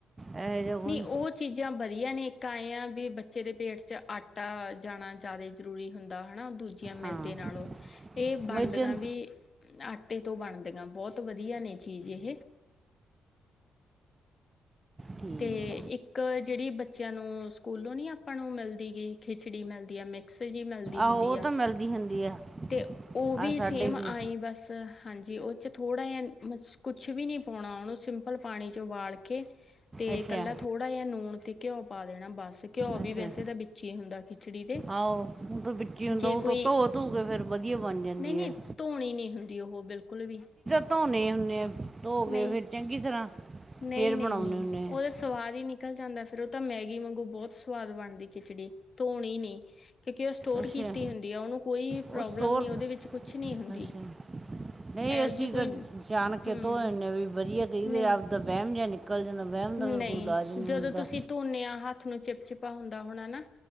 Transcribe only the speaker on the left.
ਨਹੀਂ
ਉਹ ਚੀਜ਼ਾਂ ਵਧੀਆ ਨੇ ਇੱਕਾਂਏ ਆ ਵੀ ਬੱਚੇ ਦੇ ਪੇਟ ਚ ਆਟਾ ਜਾਣਾ ਜ਼ਿਆਦਾ ਜ਼ਰੂਰੀ ਹੁੰਦਾ ਹਨਾ ਦੂਜੀਆਂ ਮੈਦੇ
ਨਾਲੋਂ ਇਹ ਬਣਦਆਂ
ਵੀ ਆਟੇ ਤੋਂ ਬਣਦੀਆਂ ਬਹੁਤ ਵਧੀਆ ਨੇ ਚੀਜ਼ ਇਹ
ਅਤੇ ਇੱਕ ਜਿਹੜੀ ਬੱਚਿਆਂ ਨੂੰ ਸਕੂਲੋਂ ਨਹੀਂ ਆਪਾਂ ਨੂੰ ਮਿਲਦੀ ਗਈ ਖਿਚੜੀ ਮਿਲਦੀ ਹੈ ਮ ਜਿ ਮਿਲਦੀ
ਹੁੰਦੀ
ਆ
ਤੇ ਉਹ ਵੀ
ਸੇਮ
ਆਈ ਬਸ ਹਾਂਜੀ ਉਹ 'ਚ ਥੋੜ੍ਹਾ ਜਿਹਾ ਮ ਕੁਛ ਵੀ ਨਹੀਂ ਪਾਉਣਾ ਉਹਨੂੰ ਸਿੰਪਲ ਪਾਣੀ 'ਚ ਉਬਾਲ ਕੇ ਤੇ
ਇਕੱਲਾ ਥੋੜ੍ਹਾ ਜਿਹਾ ਨੂਣ ਤੇ ਘਿਓ ਪਾ ਦੇਣਾ ਬਸ ਘਿਓ ਵੀ
ਵੈਸੇ ਤਾਂ ਵਿੱਚ ਹੀ ਹੁੰਦਾ ਖਿਚੜੀ ਦੇ
ਜੇ
ਕੋਈ
ਨਹੀਂ ਨਹੀਂ
ਧੋਣੀ ਨਹੀਂ ਹੁੰਦੀ ਉਹ ਬਿਲਕੁਲ ਵੀ
ਨਹੀਂ
ਨਹੀਂ
ਨਹੀਂ
ਨਹੀਂ
ਉਹਦੇ
ਸਵਾਦ ਹੀ ਨਿਕਲ ਜਾਂਦਾ ਫੇਿਰ ਉਹ ਤਾਂ ਮੈਗੀ ਵਾਂਗੂ ਬਹੁਤ ਸਵਾਦ ਬਣਦੀ ਖਿਚੜੀ ਧੋਣੀ ਨੀ ਕਿਉਂਕਿ ਉਹ ਸਟੋਰ
ਕੀਤੀ ਹੁੰਦੀ ਆ ਉਹਨੂੰ ਕੋਈ
ਪ੍ਰੋਬਲਮ
ਨਹੀਂ ਉਹਦੇ ਵਿੱਚ ਕੁਛ ਨਹੀਂ
ਹੁੰਦੀ
ਇਹੋ
ਜਿਹੀ ਕੋਈ
ਹੂੰ
ਨਹੀਂ,
ਨਹੀਂ
ਜਦੋਂ
ਤੁਸੀਂ ਧੋਨੇ ਆ ਹੱਥ ਨੂੰ ਚਿਪ ਚਿਪਾ ਹੁੰਦਾ ਹੋਣਾਾ